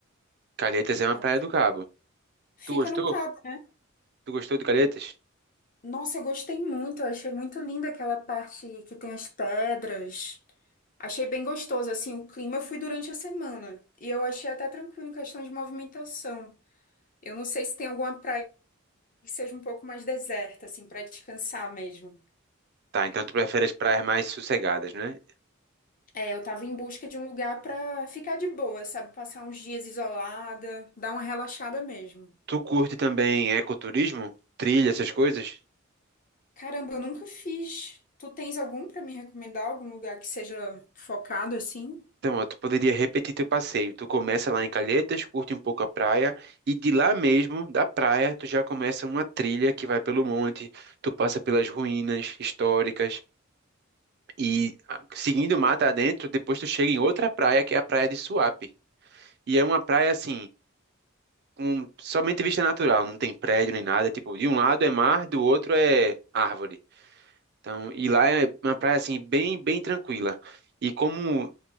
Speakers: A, on the right; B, on the left.
A: Calhetas é uma
B: É,
A: praia do Cabo.
B: Fica
A: Tu gostou?
B: no Cabo. né?
A: Tu gostou de Calhetas?
B: Nossa, eu gostei muito, eu achei muito linda aquela parte que tem as pedras. Achei bem gostoso, assim, o clima. Eu fui durante a semana e eu achei até tranquilo em questão de movimentação. Eu não sei se tem alguma praia que seja um pouco mais deserta, assim, para descansar mesmo.
A: Tá, então tu prefere as praias mais sossegadas, né?
B: É, eu tava em busca de um lugar para ficar de boa, sabe? Passar uns dias isolada, dar uma relaxada mesmo.
A: Tu curte também ecoturismo? Trilha, essas coisas?
B: Caramba, eu nunca fiz. Tu tens algum para me recomendar? Algum lugar que seja focado assim?
A: Então, ó, tu poderia repetir teu passeio. Tu começa lá em Calhetas, curte um pouco a praia, e de lá mesmo, da praia, tu já começa uma trilha que vai pelo monte, tu passa pelas ruínas históricas, e ah, seguindo mata adentro, depois tu chega em outra praia, que é a praia de Suape. E é uma praia assim, com somente vista natural, não tem prédio nem nada. Tipo, de um lado é mar, do outro é árvore. Então, e lá é uma praia assim bem bem tranquila. E como